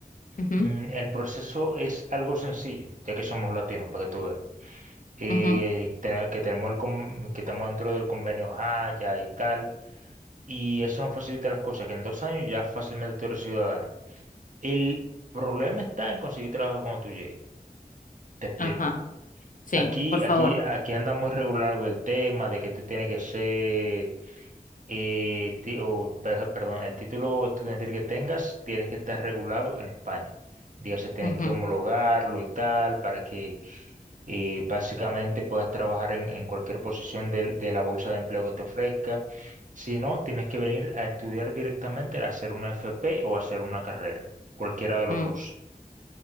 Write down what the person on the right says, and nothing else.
mm, el proceso es algo sencillo, ya que somos latinos, para que tú veas. Eh,
tener- que tenemos el con- que estamos dentro del convenio Haya y tal, y eso nos facilita las cosas, que en dos años ya fácilmente tú eres ciudadano. El problema está en conseguir trabajo cuando tú llegues. Te explico.
Aquí,
aquí, aquí anda muy regular del tema de que tú tienes que ser, eh, ti- o, per- perdón, el título estudiantil que tengas, tienes que estar regulado en España. Dígase, tienes
que homologarlo y tal para que eh, básicamente puedas trabajar en, en cualquier posición del- de, la bolsa de empleo que te ofrezca. Si no, tienes que venir a estudiar directamente, a hacer una FP o a hacer una carrera, cualquiera de los
dos.